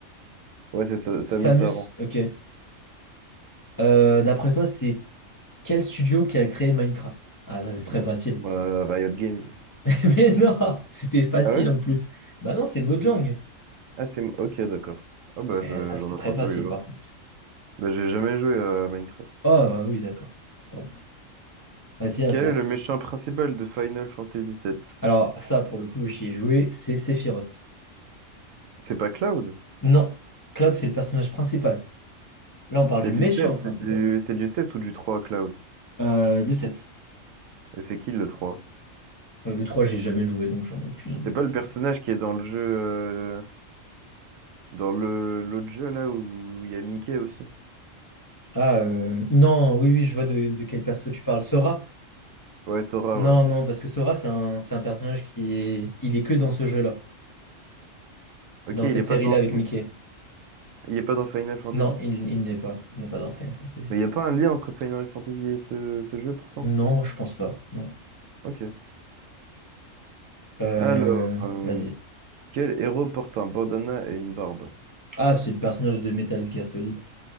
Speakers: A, on the right (about 75°); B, on the left (about 25°).
A: Ouais, c'est ça, Samus
B: Samus.
A: Aran.
B: Ok. Euh, d'après toi, c'est quel studio qui a créé Minecraft? Ah, ça c'est
A: Euh,
B: très
A: <clears throat>
B: facile.
A: Riot Games.
B: <laughs> Mais non, c'était facile
A: Ah ouais?
B: en plus. Bah non, c'est Mojang.
A: Je sais pas. Ah, c'est... Ok, d'accord. Ah bah,
B: Eh,
A: je-
B: ça c'était
A: j'en apprends
B: très
A: tous
B: facile
A: les jours.
B: par contre.
A: Bah, j'ai jamais joué à Minecraft.
B: Ah oui, d'accord. Bon, vas-y à
A: Quel
B: toi.
A: est le méchant principal de Final Fantasy VII?
B: Alors, ça, pour le coup, j'y ai joué, c'est Sephiroth.
A: C'est pas Cloud?
B: Non, Cloud, c'est le personnage principal. Là, on parle
A: C'est
B: du
A: du
B: méchant
A: sept
B: principal.
A: c'est du... c'est du sept ou du trois Cloud?
B: Euh, le 7.
A: Et c'est qui le trois
B: Euh, le 3, j'ai jamais joué, donc j'en ai aucune idée.
A: C'est pas le personnage qui est dans le jeu... euh, Dans le l'autre jeu, là, où il y a Mickey aussi?
B: Ah, euh, non, oui, oui, je vois de, de quel perso tu parles. Sora?
A: Ouais, Sora,
B: Non,
A: ouais.
B: non, parce que Sora, c'est un, c'est un personnage qui est... Il est que dans ce jeu-là,
A: Ok,
B: dans
A: il
B: cette
A: est pas
B: série-là
A: dans...
B: avec
A: Fin-
B: Mickey.
A: Il est pas dans Final Fantasy?
B: Non, il, il n'est pas. Il n'est pas dans Final Fantasy.
A: Mais il y a pas un lien entre Final Fantasy et ce, ce jeu, pourtant?
B: Non, je pense pas, non.
A: Ok.
B: Euh,
A: Alors, euh,
B: vas-y.
A: quel héros porte un bandana et une barbe?
B: Ah, c'est le personnage de Metal Gear Solid.